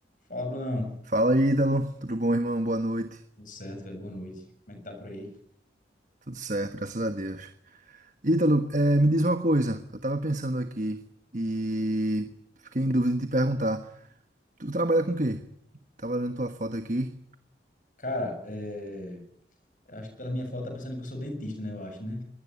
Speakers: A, on the left; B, on the right.
A: Fala, Brunão.
B: Fala, Ítalo. Tudo bom, irmão? Boa noite.
A: Tudo certo, velho? Boa noite. Como é que tá por aí?
B: Tudo certo, graças a Deus. Ítalo, eh, me diz uma coisa. Eu tava pensando aqui e fiquei em dúvida de te perguntar. Tu trabalha com o quê? Tava olhando tua foto aqui.
A: Cara, é... eu acho que pela minha foto tá pensando que eu sou dentista, né? Eu acho, né?